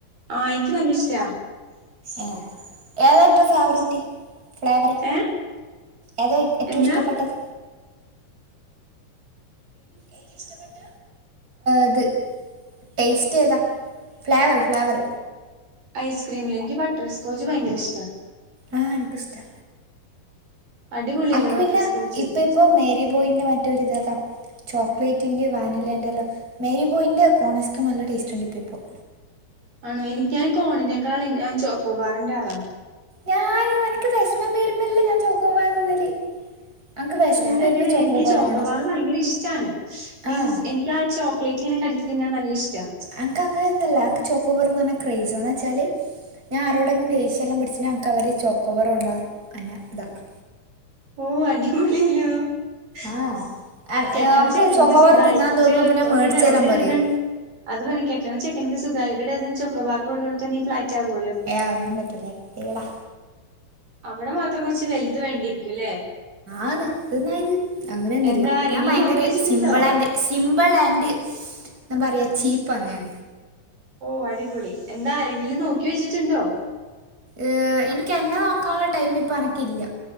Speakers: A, on the right; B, on the right.
A: ആഹ് എനിക്ക് നല്ല ഇഷ്ട്ടാ. <inaudible>
B: ഏഹ് ഏതാ റ്റവും ഫേവറേറ്റ്? ഫ്ലേവറ്
A: ഏ
B: ഏതാ <unintelligible> ഏറ്റവും
A: എന്താ
B: ഇഷ്ടപ്പെട്ടത്? എനിക്കി ഇഷ്ടപ്പെട്ട അത് ടേസ്റ്റ് ഏതാ ഫ്ലേവർ ഫ്ലേവർ
A: ഐസ്ക്രീമില് എനിക്ക് ബട്ടർ സ്കോച്ച് ഭയങ്കര ഇഷ്ടാ
B: ആ എനക്കും ഷ്ടാ
A: അടിപൊളിയല്ലേ
B: അൻക്കി
A: ബട്ടർ
B: പിന്നെ
A: സ്കോച്ച്
B: ഇപ്പൊ പ്പോ മേരി ബോയിന്റെ മറ്റൊരിത് അതാ ചോക്ലേറ്റിന്റെ വാനിലേന്റെല്ലോ മേരി ബോയിൻ്റെ കോണൈസ്ക്രീം നല്ല ടേസ്റ്റ്ണ്ട് ഇപ്പോൾ ഇപ്പോൾ
A: ആണോ എനിക്ക് ഞാൻ കോണിനേക്കാൾ ഞാൻ ചോക്കോബാറിന്റെ ആളാ
B: ഞാനും എനിക്ക് വെഷ്മം വരുമ്പല്ലേ ഞാൻ ചോക്കോബാർ തിന്നല്. അൻക്ക് വെഷമം
A: ഞാൻ അങ്ങനെണ്.
B: വരുമ്പോ ചോക്കോബാർ
A: എനിക്ക് ചോക്കോബാറ്
B: വേണം
A: ഭയങ്കര ഇഷ്ടാണ്. മീൻസ്
B: ആഹ്
A: എനിക്ക് <unintelligible> ആ ചോക്ലേറ്റ് ഇങ്ങനെ കടിച്ചു തിന്നാൻ നല്ല ഇഷ്ട്ടാ.
B: അൻക്ക് അങ്ങനെയൊന്നും അനക്ക് ചോക്കോബറെന്ന് പറഞ്ഞാ ക്രൈസാ എന്നുവച്ചാൽ ഞാൻ ആരോടെങ്കും ദേഷ്യയെല്ലാം പിടിച്ച ഞനക്ക് അവര് ചോക്കോബാറ് കൊണ്ടാ എന്നെ താക്കാ.
A: ഓഹ് അടിപൊളി അല്ലോ? <inaudible>
B: ആഹ്
A: കെട്ട്ണ
B: നമുക്ക്
A: ചെക്കനക്ക്
B: ചോക്കോബാർ
A: സുഖായി.
B: തിന്നാൻ
A: കുറച്ച്
B: തോന്നും
A: <unintelligible>
B: അപ്പം ഞാൻ
A: ഒരു
B: മേടിച്ച് തരാൻ
A: ഒരു ഡസൺ
B: പറയും
A: അത് പിന്നെ കെട്ട്ണ ചെക്കൻക്ക് സുഖായി. ഒരു ഡസൻ ചോക്കോബാറ് കൊടുന്ന്കൊടുത്താൽ നീ ഫ്ലാറ്റ് ആവോ?
B: ഏഹ്, അത് ഒന്നും പറ്റൂല. ഏടാ
A: അവിടെ മാത്രം കൊറച്ച് വൽത് വേണ്ടിരിക്കുംല്ലേ?
B: ആന്ന്, ത് ന്ന ഇത്. അങ്ങനെയൊന്നുല്ല.
A: എന്താ ആരെങ്കിലും
B: ഞാൻ ഭയങ്കര
A: നോക്കി വെച്ചിട്ടുണ്ടോ
B: സിമ്പിള് ആൻഡ്. സിമ്പിൾ ആൻഡ് ന്താ പറയുക ചീപ്പാ ഞാൻ.
A: ഓ! അടിപൊളി. എന്താ? ആരെങ്കിലും നോക്കി വെച്ചി. ച്ചിണ്ടോ?
B: ഏ... എനിക്ക് എന്നെ നോക്കാനുള്ള ടൈമ് ഇപ്പോ അനക്കില്ല.